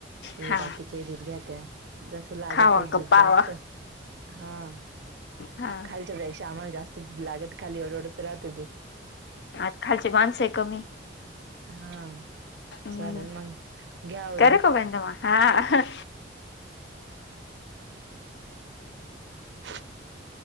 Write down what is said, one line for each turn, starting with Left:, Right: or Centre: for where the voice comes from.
Right: हे
Left: हा
Right: बाकीचे ही दूध घेत्या जसं लागतच
Left: खावा का
Right: दूध
Left: पावा
Right: जास्त हा
Left: हा
Right: खालच्या पेक्षा आम्हला जास्त दुध लागत खाली एवढं एवढं राहत दूध
Left: आत खालचे माणस ये कमी
Right: हा
Left: हम्म
Right: चालेल मग घ्या आवरून
Left: करू का बंद मग हा
Right: <unintelligible>